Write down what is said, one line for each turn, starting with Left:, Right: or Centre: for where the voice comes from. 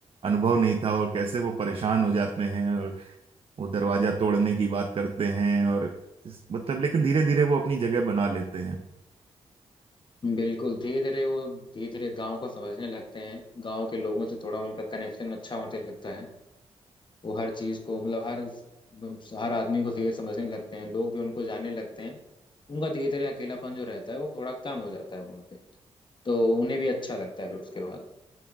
Right: अनुभव नहीं था और कैसे वो परेशान हो जाते हैं और वो दरवाजा तोड़ने की बात करते हैं और इस- मतलब लेकिन धीरे धीरे वो अपनी जगह बना लेते हैं
Left: बिल्कुल धीरे धीरे वो धीरे धीरे गांव को समझने लगते हैं गांव के लोगों से थोड़ा उनका कनेक्शन अच्छा होने लगता है वो हर चीज को मतलब हर हर आदमी को धीरे समझने लगते हैं लोग भी उनको जानने लगते हैं उनका धीरे धीरे अकेलापन जो रहता है वो थोड़ा कम हो जाता है वहाँ पे तो उन्हें भी अच्छा लगता है फिर उसके बाद